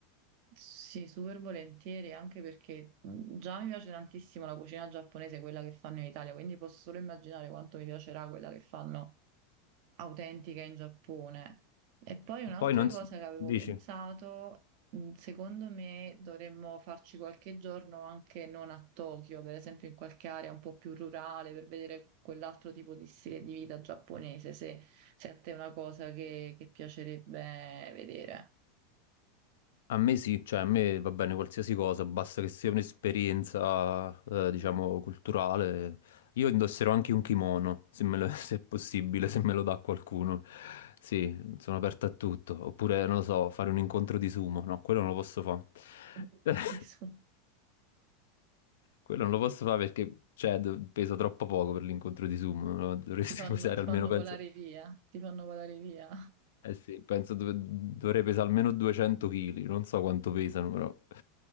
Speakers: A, on the right; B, on the left.
A: Sì, super volentieri, anche perché mh, già mi piace tantissimo la cucina giapponese, quella che fanno in Italia, quindi posso solo immaginare quanto mi piacerà quella che fanno autentica in Giappone. E poi un'altra
B: Poi non
A: cosa
B: s-
A: che avevo
B: dici?
A: pensato, mh, secondo me dovremmo farci qualche giorno anche non a Tokyo, per esempio in qualche area un po' più rurale, per vedere quell'altro tipo di stile di vita giapponese, se, se a te è una cosa che, che piacerebbe vedere.
B: A me sì, cioè a me va bene qualsiasi cosa, basta che sia un'esperienza, eh, diciamo,
A: Mm.
B: culturale. Io indosserò anche un kimono, se me lo- <laughs> se è possibile, se me lo dà qualcuno. Sì, sono aperto a tutto. Oppure, non lo so, fare un incontro di sumo. No, quello non lo posso fare.
A: <laughs>
B: <laughs> Quello non lo posso fare perché, cioè, do- pesa troppo poco per l'incontro di sumo. no? Dovresti
A: Ti fanno,
B: <laughs> pesare
A: ti
B: almeno,
A: fanno
B: penso,
A: volare via, ti fanno volare via.
B: Eh sì, penso dov- dovrei pesare almeno 200 kg, non so quanto pesano però.